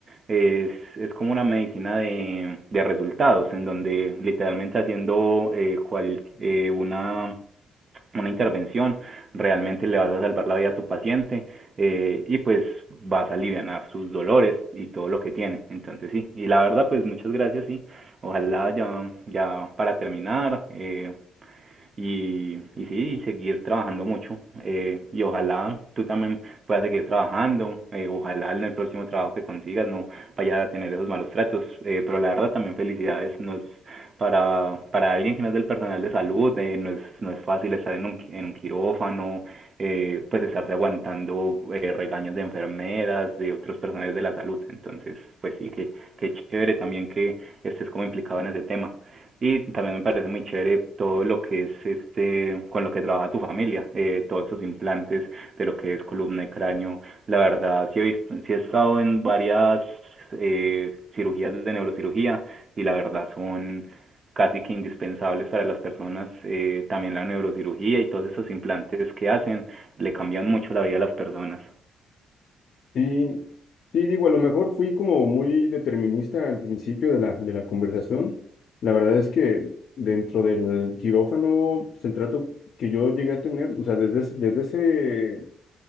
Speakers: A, on the right; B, on the left.
A: es, es como una medicina de, de resultados, en donde literalmente haciendo eh, cual, eh, una, una intervención, realmente le vas a salvar la vida a tu paciente eh, y pues vas a aliviar sus dolores y todo lo que tiene. Entonces sí, y la verdad pues muchas gracias, sí. Ojalá ya, ya para terminar eh, y, y sí, y seguir trabajando mucho eh, y ojalá tú también puedas seguir trabajando, eh, ojalá en el próximo trabajo que consigas no vayas a tener esos malos tratos, eh, pero la verdad también felicidades, nos para, para para alguien que no es del personal de salud, eh, no es, no es fácil estar en un, en un quirófano, eh, pues estarse aguantando eh, regaños de enfermeras, de otros personales de la salud. Entonces, pues sí, que, que chévere también que estés como implicado en ese tema. Y también me parece muy chévere todo lo que es este, con lo que trabaja tu familia, eh, todos esos implantes de lo que es columna y cráneo. La verdad, sí he visto, sí he estado en varias eh, cirugías de neurocirugía y la verdad son casi que indispensables para las personas, eh, también la neurocirugía y todos esos implantes que hacen le cambian mucho la vida a las personas.
B: Sí, sí, digo, a lo mejor fui como muy determinista al principio de la, de la conversación. La verdad es que dentro del quirófano, pues, el trato que yo llegué a tener, o sea, desde, ese- desde ese